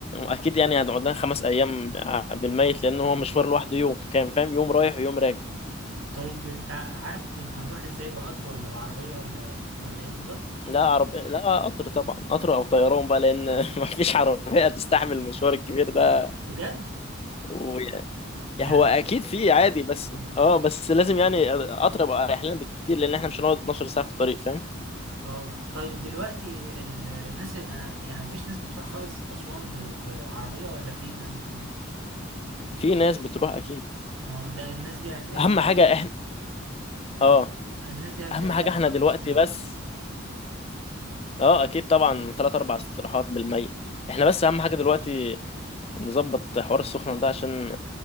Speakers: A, on the left; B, on the right.
A: اكيد يعني هنقعد لنا خمس ايام بالميت لان هو مشوار لوحده يوم كام فاهم يوم رايح ويوم راجع
B: طيب انت عارف بن- هنروح ازاي بقطر ولا بعربية ولا ولا ايه بالظبط
A: لا عرب لا قطر طبعا قطر او طيران بقى لان <laughs> ما فيش عربيه تستحمل المشوار الكبير ده
B: بجد
A: ويعني
B: يعني
A: هو اكيد في عادي بس
B: اه
A: اه بس لازم يعني قطر يبقى اريح لنا بكتير لان احنا مش هنقعد 12 ساعه في الطريق فاهم
B: آه، طيب دلوقتي ال- الناس انا يعني مفيش ناس بتروح خالص اسوان ب- بعربية ولا في ناس بتروح
A: في ناس بتروح اكيد
B: اه ده الناس دي هتلاقيه
A: اهم حاجه احنا
B: اه
A: اه
B: الناس دي هتلاقيها
A: اهم حاجه
B: بقى
A: احنا
B: بتاخد
A: دلوقتي
B: استراحة
A: بس اه اكيد طبعا ثلاث اربع استراحات بالميت احنا بس اهم حاجه دلوقتي نظبط حوار السخنة ده عشان